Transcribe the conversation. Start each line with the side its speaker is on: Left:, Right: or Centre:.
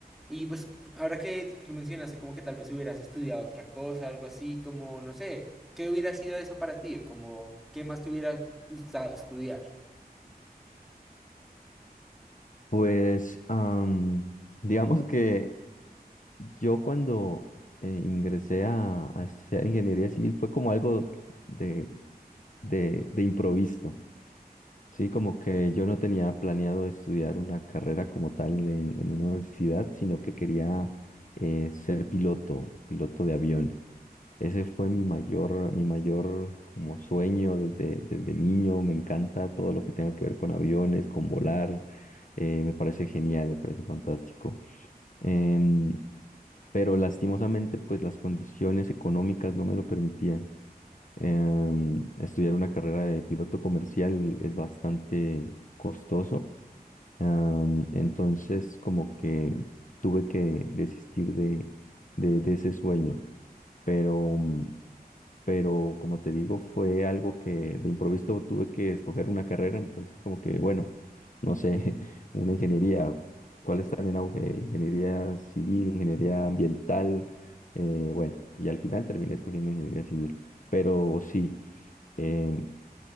Centre: Y pues ahora que tú mencionaste como que tal vez hubieras estudiado otra cosa, algo así, como no sé, ¿qué hubiera sido eso para ti? Como, ¿qué más te hubiera gustado estudiar?
Left: Pues am, digamos que yo cuando eh, ingresé a, a estudiar ingeniería civil fue como algo de, de, de improviso. Sí, como que yo no tenía planeado estudiar una carrera como tal en, en una universidad, sino que quería eh, ser piloto, piloto de avión. Ese fue mi mayor, mi mayor como sueño desde, desde niño. Me encanta todo lo que tenga que ver con aviones, con volar. eh, me parece genial, me parece fantástico. Em, pero lastimosamente, pues las condiciones económicas no me lo permitían. Em, estudiar una carrera de piloto comercial es bastante costoso. Am, entonces, como que tuve que desistir de, de, de ese sueño. Pero, mm, pero, como te digo, fue algo que de improviso tuve que escoger una carrera. Entonces, como que, bueno, no sé, <laughs> una ingeniería, ¿cuáles están en auge? Ingeniería civil, ingeniería ambiental. eh, bueno, y al final terminé escogiendo ingeniería civil. Pero sí em,